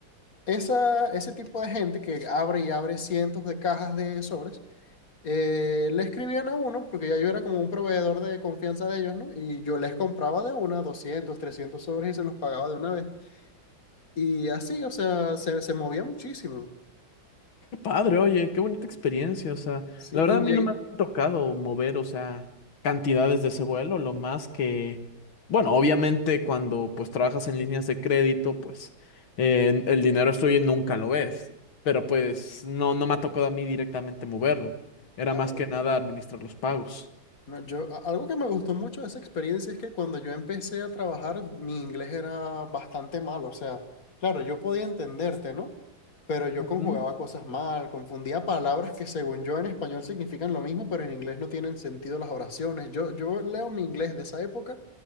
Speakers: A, on the left (about 45°); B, on the left (about 85°).
A: Esa, ese tipo de gente que abre y abre cientos de cajas de sobres. Eh, le escribían a uno, porque ya yo era como un proveedor de confianza de ellos, ¿no? Y yo les compraba de una, 200, 300 sobres y se los pagaba de una vez. Y así, o sea, se, se movía muchísimo.
B: Padre, oye, qué bonita experiencia. O sea,
A: Sí,
B: la verdad
A: y
B: a mí
A: llegué-
B: no me ha tocado mover, o sea, cantidades de ese vuelo, lo más que, bueno, obviamente cuando pues trabajas en líneas de crédito, pues eh, el dinero es tuyo y nunca lo ves, pero pues no, no me ha tocado a mí directamente moverlo. Era
A: claro,
B: más que
A: claro.
B: nada administrar los pagos.
A: No, yo, a- algo que me gustó mucho de esa experiencia es que cuando yo empecé a trabajar, mi inglés era bastante malo. O sea, claro, yo podía entenderte, ¿no? Pero yo
B: Ujú.
A: conjugaba cosas mal, confundía palabras que según yo en español significan lo mismo, pero en inglés no tienen sentido las oraciones. Yo, yo leo mi inglés de esa época